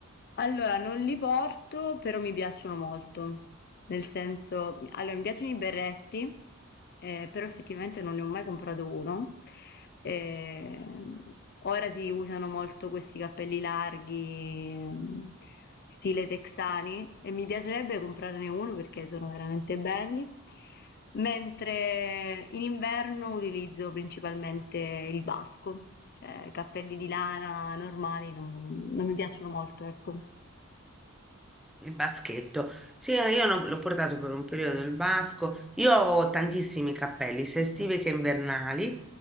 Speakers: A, on the left; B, in the centre.
A: Allora, non li porto, però mi piacciono molto. Nel senso, allora mi piacciono i berretti, eh, però effettivamente non ne ho mai comprato uno. Ehm, ora si usano molto questi cappelli larghi, mm, stile texani, e mi piacerebbe comprarne uno perché sono veramente belli. Mentre in inverno utilizzo principalmente il basco, cioè cappelli di lana normali non, non mi piacciono molto, ecco.
B: Il baschetto. Sì, eh, io no- l'ho portato per un periodo il basco. Io ho tantissimi cappelli, sia estivi che invernali,